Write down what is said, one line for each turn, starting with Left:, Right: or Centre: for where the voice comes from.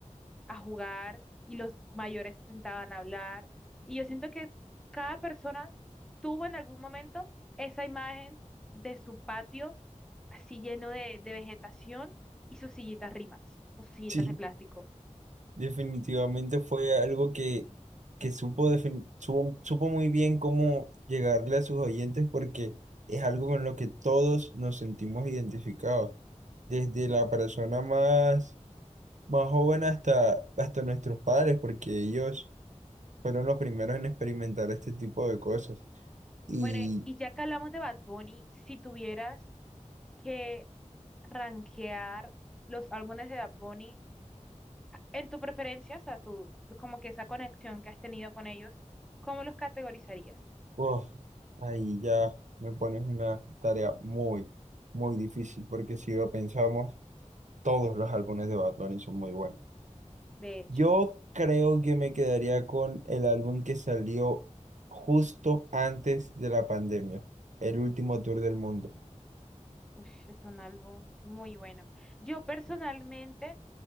Centre: a jugar y los mayores se sentaban a hablar. Y yo siento que cada persona tuvo en algún momento esa imagen de su patio así lleno de, de vegetación y sus sillitas Rimax o sus sillitas
Right: Sí,
Centre: de plástico.
Right: definitivamente fue algo que, que supo, defin- supo, supo muy bien cómo llegarle a sus oyentes porque es algo con lo que todos nos sentimos identificados, desde la persona más, más joven hasta, hasta nuestros padres, porque ellos fueron los primeros en experimentar este tipo de cosas. Y
Centre: Bueno, y ya que hablamos de Bad Bunny, si tuvieras que rankear los álbumes de Bad Bunny en tu preferencia, o sea, tú, como que esa conexión que has tenido con ellos, ¿cómo los categorizarías?
Right: oh, ahí ya me pones una tarea muy, muy difícil porque si lo pensamos, todos los álbumes de Batman son muy buenos.
Centre: De hecho.
Right: Yo creo que me quedaría con el álbum que salió justo antes de la pandemia, el último tour del mundo,
Centre: Ush, es un álbum muy bueno. Yo personalmente,